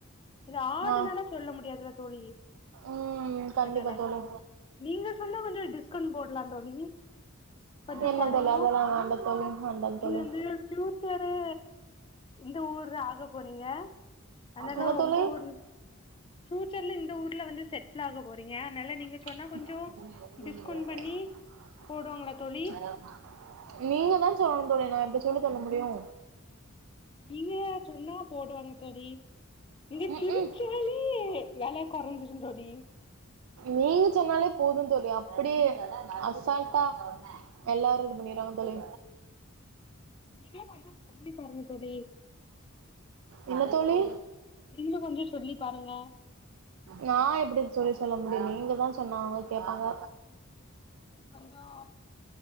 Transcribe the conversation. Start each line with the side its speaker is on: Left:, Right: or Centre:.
Left: இது ஆடுனால
Right: ஆ
Left: சொல்ல முடியாதுல தோலி
Right: ம் கண்டிப்பா
Left: அதனால
Right: தோழி
Left: நீங்க சொன்னா கொஞ்ச டிஸ்கவுண்ட் போடலா தோலி கொஞ்ச
Right: என்ன
Left: குறையு
Right: தோழி அதெல்லா வேண்டா தோழி வேண்டா
Left: நீங்க
Right: தோழி
Left: வந்து ஃப்யூச்சரு இந்த ஊர்தா அது போறீங்க அதனால
Right: என்ன தோழி
Left: உங்க ஊரு ஃப்யூச்சர்ல இந்த ஊர்ல வந்து செட்லாக போறீங்க அதனால நீங்க
Right: <inaudible>
Left: சொன்னா கொஞ்சோ டிஸ்கவுண்ட் பண்ணி போடுவாங்களா தோழி
Right: நீங்க தா சொல்லணு தோலி நா எப்டி சொல்லு சொல்ல முடியு
Left: நீங்க சொன்னா போடுவாங்க தோலி நீங்க
Right: ம்
Left: சிரிச்சாலே
Right: ம்
Left: வெல கொறஞ்சிரு தோலி
Right: நீங்க சொன்னாலே போது தோலி அப்டியே அசால்ட்டா எல்லாரு இது பண்ணிருவாங்க தோலி
Left: நீங்களு கொஞ்சோ சொல்லி பாருங்க தோழி
Right: இல்ல தோலி
Left: நீங்க கொஞ்ச சொல்லி ஒக்காருங்க
Right: நா எப்டி தோழி சொல்ல முடி நீங்கதா சொன்னாலு அவுங்க கேப்பாங்க
Left: கொஞ்சோ